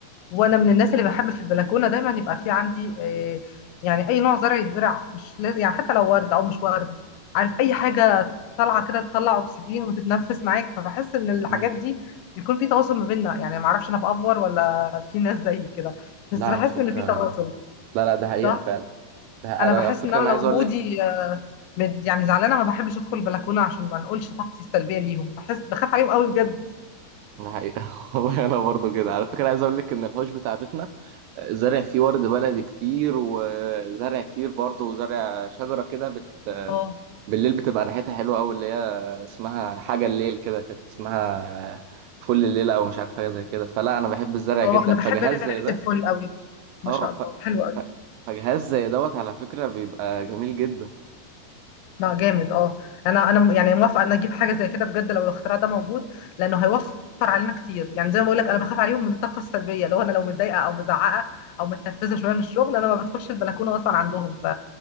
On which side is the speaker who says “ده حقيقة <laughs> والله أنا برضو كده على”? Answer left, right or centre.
Right